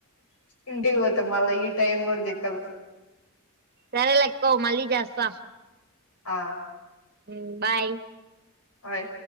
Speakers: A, on the left; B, on the right.
A: ఇంటికి పోతేా మళ్ళా ఈ టైం కూడ దిక్కదు
B: సరే లెక్క వ్ మళ్ళీ చేస్తా
A: ఆ
B: మ్ బాయ్
A: బాయ్